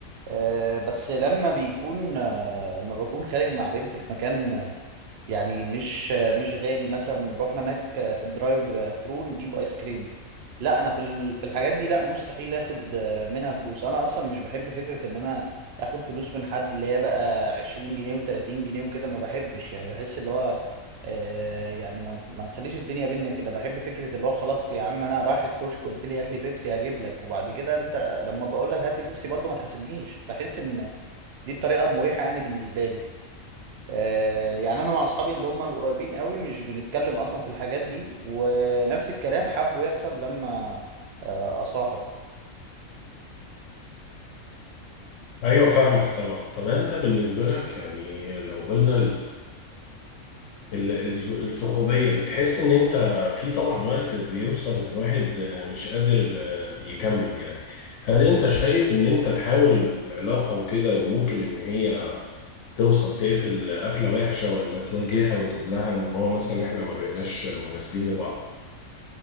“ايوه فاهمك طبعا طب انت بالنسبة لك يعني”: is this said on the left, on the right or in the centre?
Left